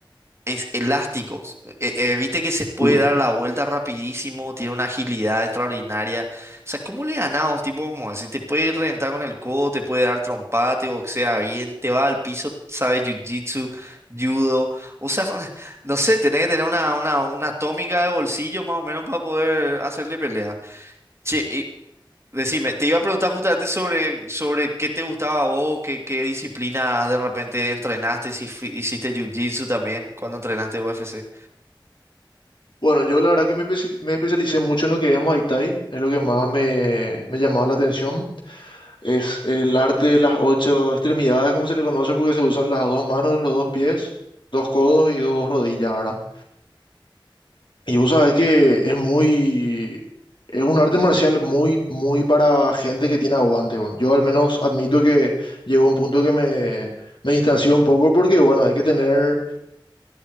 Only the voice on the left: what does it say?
Mm.
Bueno, yo la verdad que me, especi- me especialicé mucho en lo que es Muay Thai, es lo que más me, me llamaba la atención. Es el arte de las ocho extremidades, como se le conoce, porque se usan las dos manos, los dos pies, dos codos y dos rodillas, ¿verdad? Y vos sabés que es muy, es un arte marcial muy, muy para gente que tiene aguante. bueno. Yo al menos admito que llegó un punto que me, me distancié un poco porque, bueno, hay que tener